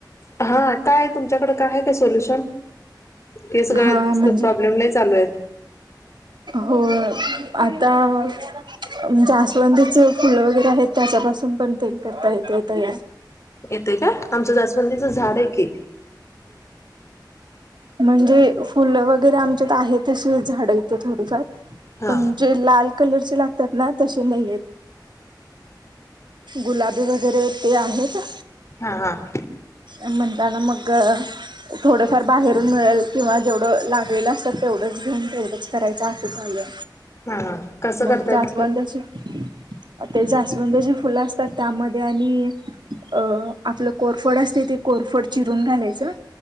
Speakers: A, on the left; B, on the right.
A: हां, काय तुमच्याकड काय आहे का, सोल्युशन? केस गळ
B: हां
A: <unintelligible>
B: म्हणजे
A: चा प्रॉब्लेम लई चालू ये.
B: हो, आता म जास्वंदीच फुलं वगैरे आहेत, त्याच्यापासून पण तेल करता येतय, तयार.
A: येतय का? आमचं जास्वदिंचं झाड ये की.
B: म्हणजे फुलं वगैरे आमच्यात आहे तशे झाडं इथं थोडीफार,
A: हा
B: पण जे लाल कलरचे लागतात ना, तशे नाहीयेत. गुलाबी वगैरे, ते आहेत.
A: हां हं.
B: म्हणताना, मग अ थोडेफार बाहेरून मिळल किंवा जेवढं लागेलं, असं तेवढंच घेऊन तेवढंच करायचं, असं चालू ये.
A: हा कसं
B: मंग
A: करताय
B: जास्वंद
A: मग ते
B: अशी अ ते जास्वंदाची फुलं असतात, त्यामध्ये आणि अ आपलं कोरफड असत, ते कोरफड चिरून घालायचं